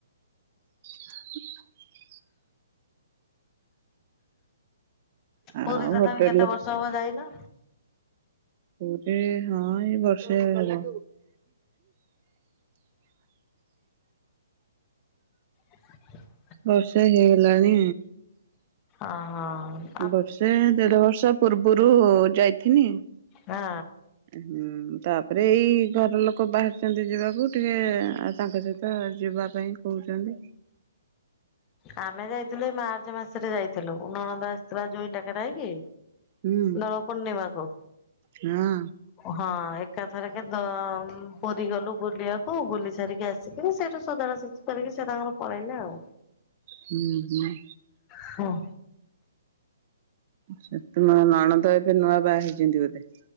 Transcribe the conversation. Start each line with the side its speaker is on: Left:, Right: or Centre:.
Right: <inaudible> ଆଉ
Left: ପୁରୀ ତଥାପି
Right: ହୋଟେଲ
Left: କେତେ ବର୍ଷ ହବ ଯାଇନ?
Right: ପୁରୀ ହଁ ଏଇ ବର୍ଷେ ହବ।
Left: <inaudible>
Right: ବର୍ଷେ ହେଇଗଲାଣି।
Left: ଅହଁ।
Right: ବର୍ଷେ ଦେଢ ବର୍ଷ ପୂର୍ବରୁ ଯାଇଥିନି।
Left: ହଁ
Right: ହୁଁ ତାପରେ ଏଇ ଘର ଲୋକ ବାହାରିଛନ୍ତି ଯିବାକୁ ଟିକେ ଆଉ ତାଙ୍କ ସହିତ ତ ଯିବା ପାଇଁ କହୁଛନ୍ତି।
Left: ଆମେ ଯାଇଥିଲୁ ଏଇ ମାର୍ଚ୍ଚ ମାସରେ ଯାଇଥିଲୁ। ନଣନ୍ଦ ଆସିଥିଲା ଜୋଇଁ ଡାକେରା ହେଇକି
Right: ହୁଁ
Left: ଦୋଳ ପୂର୍ଣ୍ଣିମାକୁ।
Right: ହଁ
Left: ହଁ ଏକାଥରକେ ଦୋ ପୁରୀ ଗଲୁ ବୁଲିବାକୁ ବୁଲି ସାରିକି ଆସିକି ସେଇଠୁ ସଦାଡା ସଜ ଡି କରିକି ସେ ତାଙ୍କର ପଳେଇଲେ ଆଉ।
Right: ହୁଁ ହୁଁ।
Left: ହଁ।
Right: ସେ <unintelligible> ନଣନ୍ଦ ଏବେ ନୂଆ ବାହା ହେଇଛନ୍ତି ବୋଧେ?